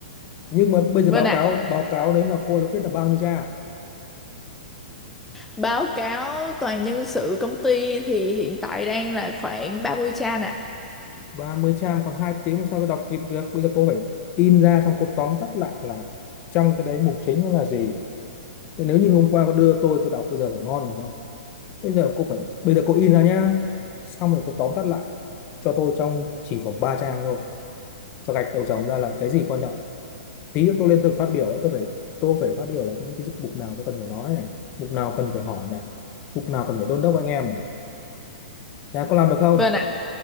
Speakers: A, on the left; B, in the centre.
A: nhưng mà bây giờ
B: Vâng
A: báo
B: ạ.
A: cáo báo cáo đấy là cô lấy viết là bao nhiêu trang
B: Báo cáo toàn nhân sự công ty thì hiện tại đang là khoảng 30 trang ạ.
A: ba mươi trang còn hai tiếng làm sao tôi đọc kịp được bây giờ cô phải in ra xong cô tóm tắt lại là trong cái đấy mục chính nó là gì Thế nếu như hôm qua cô đưa tôi tôi đọc bây giờ là ngon rồi không bây giờ cô phải bây giờ cô in ra nhá xong rồi cô tóm tắt lại cho tôi trong chỉ khoảng 3 trang thôi sau gạch đầu dòng ra là cái gì quan trọng tí nữa tôi lên tôi phát biểu ấy, tôi phải tôi phải phát biểu là những cái mục nào tôi cần phải nói này mục nào cần phải hỏi này mục nào cần phải đôn đốc anh em này Nhà có làm được không
B: Vâng ạ.